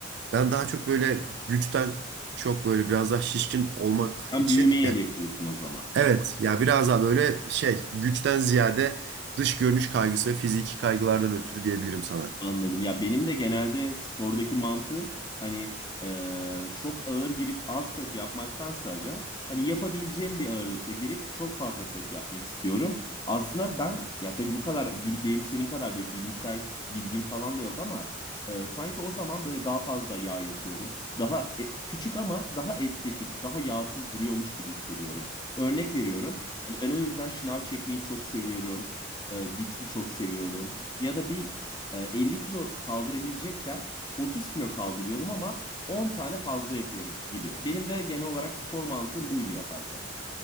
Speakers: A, on the right; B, on the left.
A: ben daha çok böyle güçten çok böyle biraz daha şişkin olmak
B: Sen
A: için
B: büyümeyi
A: yani
B: hedefliyorsun o zaman.
A: evet ya biraz daha böyle şey güçten ziyade dış görünüş kaygısı ve fiziki kaygılardan ötürü diyebilirim sana.
B: Anladım. Ya benim de genelde spordaki mantığım hani eee, çok ağır girip az set yapmaktansa aga, hani yapabileceğim bir ağırlıkta girip çok fazla set yapmak istiyorum. Aslında ben ya tabii bu kadar bil- benim senin kadar böyle bilimsel bilgim falan da yok ama eee, sanki o zaman böyle daha fazla yağ yakıyorum. Daha e, küçük ama daha estetik, daha yağsız duruyormuş gibi hissediyorum. Örnek veriyorum. Hani ben o yüzden şınav çekmeyi çok seviyorum. Eee, dipsi çok seviyorum. Ya da bir e, 50 kilo kaldırabilecekken 30 kilo kaldırıyorum ama 10 tane fazla yapıyorum gibi. Benim de genel olarak spor mantığım buydu yaparken.